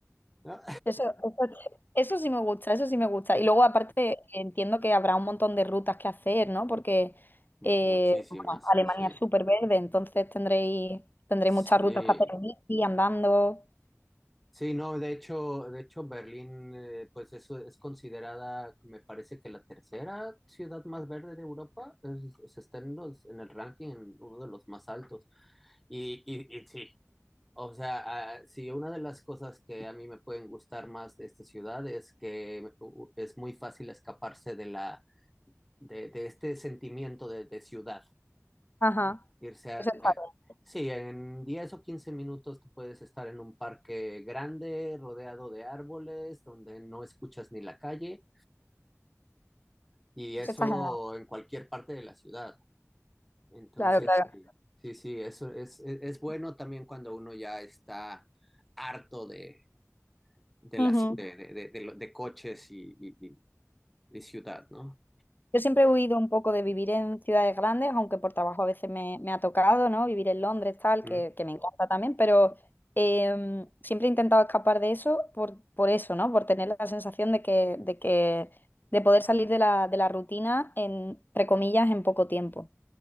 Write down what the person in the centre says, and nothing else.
¿no?
<laughs> Muchísimas,
sí.
Sí.
Sí, no, de hecho, de hecho Berlín, eh, pues eso es considerada, me parece que la tercera ciudad más verde de Europa, es- se está en los- en el ranking, en uno de los más altos. Y, y, y sí, o sea, ah, sí, una de las cosas que a mí me pueden gustar más de esta ciudad es que u- u- es muy fácil escaparse de la, de, de este sentimiento de, de ciudad.
¿no? Irse a...
eh,
sí, en 10 o 15 minutos tú puedes estar en un parque grande, rodeado de árboles, donde no escuchas ni la calle, y eso
en cualquier parte de la ciudad. Entonces,
sí, sí, sí, eso es, es, es bueno también cuando uno ya está harto de, de, la
ci- de, de, de- de lo- de coches y, y- y- y ciudad, ¿no?
Mm,